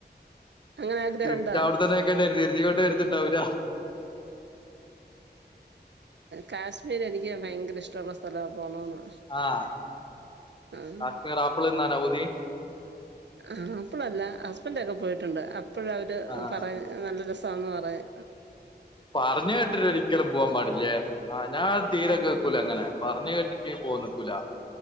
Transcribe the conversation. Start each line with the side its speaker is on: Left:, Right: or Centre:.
Right: അങ്ങനെ ആഗ്രഹണ്ടോ
Left: തിരിച്ച് അവിടെത്തന്നെ നിക്കേണ്ടിവരും തിരിചിങ്ങോട്ട് വരത്തിണ്ടാവൂലാ
Right: കാശ്മീർ എനിക്ക് ഭയങ്കര ഇഷ്ടമുള്ള സ്ഥലവ പോണംന്ന്
Left: ആഹ്
Right: ആഹ്
Left: കാശ്മീർ ആപ്പിൾ തിന്നാനാ പൂതി
Right: ആ അപ്പളല്ല ഹസ്ബൻണ്ടൊക്കെ പോയിട്ടുണ്ട് അപ്പോഴ അവര്
Left: ആഹ്
Right: പറയ നല്ല രസാ രസാന്ന് പറയാ
Left: പറഞ് കേട്ടിട്ട് ഒരിക്കലും പോവാൻ പാടില്ലേ ആ ഞാൻ തീരെ കേക്കൂല അങ്ങനെ പറഞ്ഞ് കേട്ടി കേട്ടിട്ട് പോവാൻ നിക്കൂലാ